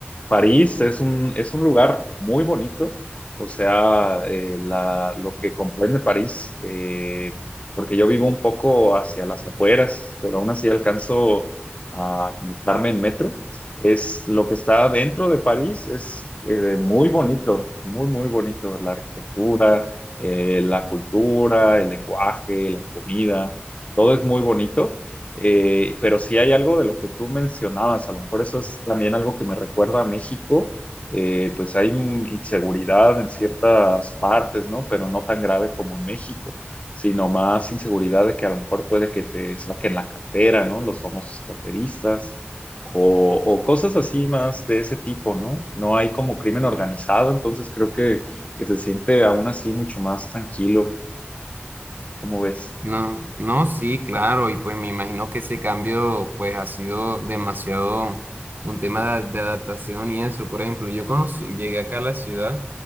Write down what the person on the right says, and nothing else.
No, no, sí, claro, y pues me imagino que ese cambio pues ha sido demasiado un tema de, de adaptación y eso. Por ejemplo, yo conocí, llegué acá a la ciudad,